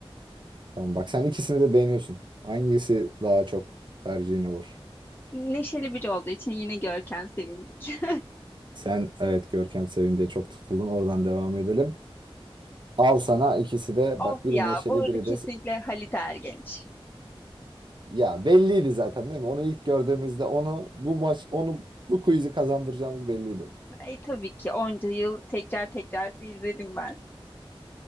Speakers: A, on the right; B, on the left.
A: Tamam bak sen ikisini de beğeniyorsun. Hangisi daha çok tercihin olur?
B: Neşeli biri olduğu için yine Görkem sevindik.
A: Sen evet Görkem Sevindik'e çok tutuldun. Oradan devam edelim. Al sana ikisi de
B: Of
A: bak biri
B: ya
A: neşeli
B: burada
A: biri
B: kesinlikle
A: de
B: Halit Ergenç.
A: ya belliydi zaten değil mi? Onu ilk gördüğümüzde onu bu maç onu bu quiz'i kazandıracağımız belliydi.
B: Ay, tabii ki onca yıl tekrar tekrar izledim ben.